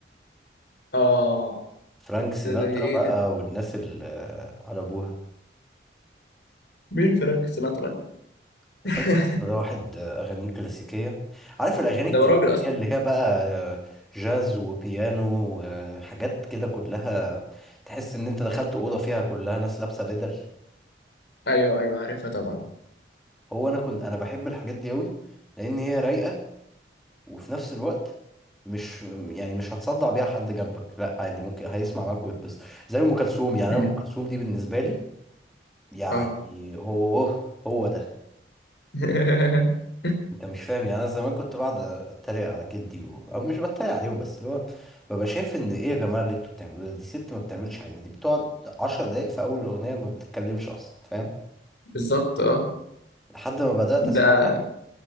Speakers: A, on the left (about 65°); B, in the centre.
A: آه
B: فرانك سيناترا
A: ده زي إيه
B: بقى
A: ده؟
B: والناس اللي على أبوها
A: مين فرانك سيناترا دي؟
B: فرانك
A: <laughs>
B: سيناترا ده واحد أغانيه كلاسيكية عارف الأغاني
A: ده
B: الكلاسيكية
A: هو راجل أصلا
B: اللي هي بقى جاز وبيانو وحاجات كده كلها تحس إن أنت دخلت أوضة فيها كلها ناس لابسة بدل
A: أيوه أيوه عارفها طبعا
B: هو انا كنت انا بحب الحاجات دي قوي لان هي رايقه وفي نفس الوقت مش يعني مش هتصدع بيها حد جنبك لا عادي ممكن هيسمع معاك ويتبسط زي ام كلثوم يعني
A: أمم،
B: انا ام كلثوم دي بالنسبه لي يعني
A: آه
B: هو هو ده
A: <laughs>
B: انت مش فاهم يعني انا زمان كنت بقعد اتريق على جدي و... او مش بتريق عليهم بس اللي هو ببقى شايف ان ايه يا جماعه اللي انتوا بتعملوه ده؟ دي ست ما بتعملش حاجه دي بتقعد 10 دقايق في اول الاغنيه ما بتتكلمش اصلا فاهم
A: بالظبط آه
B: لحد ما بدات
A: ده
B: اسمع